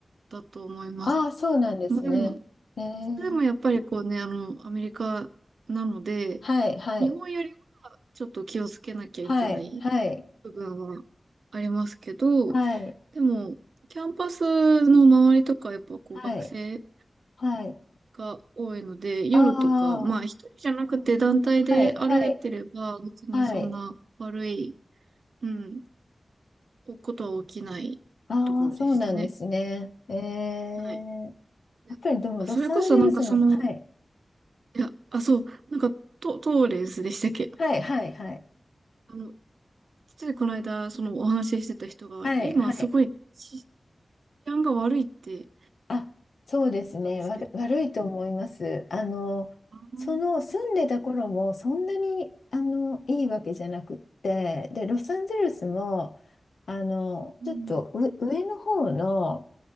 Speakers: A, on the right; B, on the left.
A: だと思います。
B: ああ、そうなんですね。
A: まあ、でも、
B: えー、
A: それでもやっぱりこうね、あの、アメリカなので、
B: はい、はい、
A: 日本よりちょっと気をつけなきゃいけない
B: はい、はい、
A: 部分はありますけど、
B: はい、
A: でも、キャンパスの周りとか、やっぱこう学生
B: はい、はい。
A: が多いので、夜とか、
B: ああ、
A: まあ一人じゃなくて団体で歩いてれば、
B: はい、はい、
A: 別にそんな悪い、
B: はい。
A: うん、ことは起きないところでしたね。
B: ああ、そうなんですね。えー、
A: はい。いやあ、
B: やっぱりでも、ロサンゼルスの、
A: それこそなんかその、
B: はい、
A: いや、あ、そう、なんかト、トーレンスでしたっけ
B: はい、はい、はい、
A: あの、ついこの間、そのお話ししてた人が、
B: はい、
A: 今すごい治
B: はい。
A: 安が悪いって
B: あ、そうですね。
A: たんですけど。
B: わる、悪いと思います。あの、
A: ああ、
B: その住んでた頃もそんなにあのいいわけじゃなくって、で、ロサンゼルスもあのちょっとう上の方の、
A: うん、